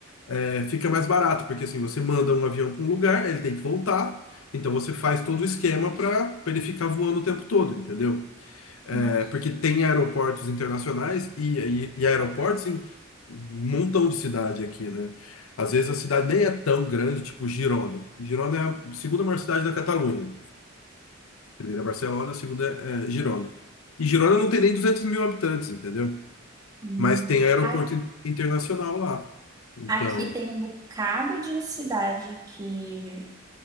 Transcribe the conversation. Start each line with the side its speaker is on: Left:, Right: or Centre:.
Left: é, fica mais barato, porque assim, você manda um avião para um lugar, ele tem que voltar, então você faz todo o esquema para ele ficar voando o tempo todo, entendeu? É,
Right: Nossa.
Left: porque tem aeroportos internacionais e, e, e aeroportos em um montão de cidade aqui, né? Às vezes a cidade nem é tão grande, tipo Girona. Girona é a segunda maior cidade da Catalunha. Primeira é Barcelona, a segunda é, é Girona. E Girona não tem nem 200 mil habitantes, entendeu?
Right: Hum.
Left: Mas tem aeroporto
Right: A-
Left: in- internacional lá. Então,
Right: Aqui tem um bocado de cidade que